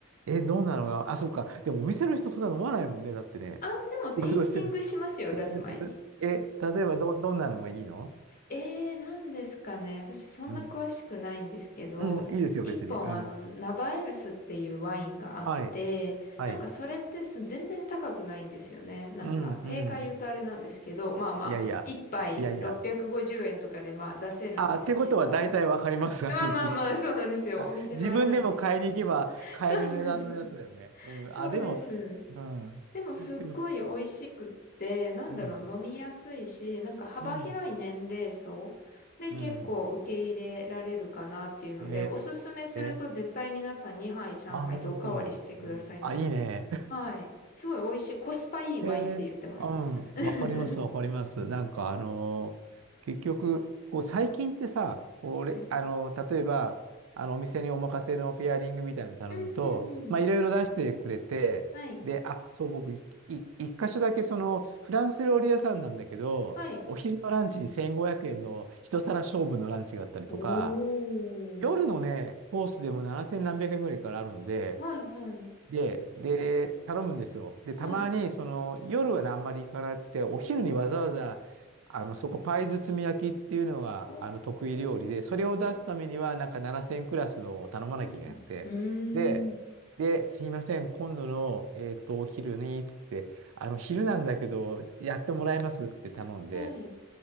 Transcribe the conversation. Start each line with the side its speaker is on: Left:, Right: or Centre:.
Right: え、どうなのよ。あ、そうか。でも、お店の人そんな飲まないもんね。だってね。
Left: あ、でもテイスティングしますよ、
Right: 仕事してない。<laughs>
Left: 出す前に。
Right: え、例えばど、どんなのがいいの
Left: えー、なんですかね。私そんな詳しくないんですけど、
Right: うん。うん、いいですよ、
Left: 一本あの、
Right: 別に。うん。
Left: ナバエルスっていうワインがあって、
Right: はい、はい。
Left: なんかそれってす全然高くないんですよね。なんか定価言うとあれなんですけど、
Right: うん、うん。
Left: まあまあ、
Right: いやいや。
Left: 一杯650円とかでまあ出せるんですけど、
Right: いやいや。あ、ってことは大体わかります。あの、
Left: まあまあまあ、
Right: 僕
Left: そうなんですよ。
Right: あ自分でも買いに行けば買える値段のやつだよね。
Left: お店のあれなんで。<laughs> そうそうそう。
Right: うん。
Left: そうです。
Right: あ、でも、うん。
Left: でもすっごい美味しくって、
Right: でも、
Left: なんだろう、
Right: うん。
Left: 飲みやすいし、なんか幅広い年齢層で結構受け入れられるかなっていうので、
Right: うん。うん。え
Left: おすすめすると絶対皆さん2杯3杯とおかわりしてくださいますね。
Right: ー、あ、本当。うん、あ、いいね。
Left: はい。すごい美味しい、コスパいいワインって言ってます。
Right: えー、うん、
Left: <laughs>
Right: わかります、わかります。なんか、あのー結局、こう、最近ってさ、これ、
Left: はい。
Right: あのー例えば、あの、お店にお任せのペアリングみたいなの頼むと、
Left: うんうんうん。
Right: まあ、いろいろ出してくれて、
Left: はい。
Right: で、あ、そう、僕、いい一箇所だけ、その、フランス料理屋さんなんだけど、
Left: はい。
Right: お昼のランチに1500円の一皿勝負のランチがあったりとか、
Left: おー。
Right: 夜のね、コースでも7千何百円ぐらいからあるので、
Left: はいはい。
Right: で、で、頼むんですよ。で、たまに、
Left: はい。
Right: その、夜はね、あんまり行かなくて、お昼にわざわざ、あの、そこ、パイ包み焼きっていうのが、
Left: 美味しそう。
Right: あの、得意料理で、それを出すためには、
Left: うん
Right: なんか7000クラスのを頼まなきゃいけなくて、
Left: うんうん。
Right: で、
Left: うーん。
Right: で、すいません、今度の、えっと、お昼に、つって、あの、昼なんだけど、やってもらえますって頼んで、
Left: はい。